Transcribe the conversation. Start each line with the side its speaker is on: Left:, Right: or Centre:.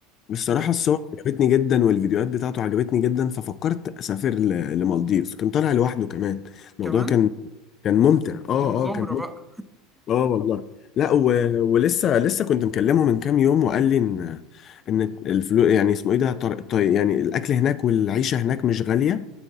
Left: والصراحه
Centre: أه.
Left: الصور عجبتني جدا والفيديوهات بتاعته عجبتني جدا ففكرت اسافر ل- لمالديفز كان طالع لوحده كمان الموضوع
Centre: كمان
Left: كان كان ممتع اه
Centre: دي مغامرة
Left: اه كان ممتع
Centre: بقى
Left: اه والله لا و... ولسه لسه كنت مكلمه من كام يوم وقال لي ان ان الفلوس يعني اسمه ايه ده طر... طي... يعني الاكل هناك والعيشه هناك مش غاليه